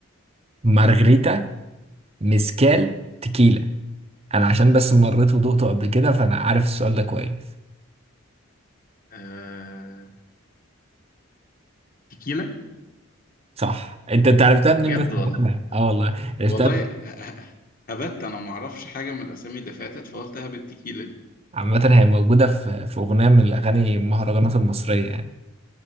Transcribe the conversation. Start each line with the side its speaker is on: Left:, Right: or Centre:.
Right: مارغريتا ميسكال تكيلا انا عشان بس مريت ودقته قبل كده فانا عارف السؤال ده كويس
Left: آه تيكيلا
Right: صح انت انت عرفتها منين
Left: بجد
Right: بس
Left: والله
Right: اه والله عرفتها
Left: والله <laughs> ه- ه- هبت أنا معرفش حاجة من الأسامي اللي فاتت فقلت هبت التيكيلا دي
Right: عامة هي موجودة في في أغنية من الأغاني المهرجانات المصرية يعني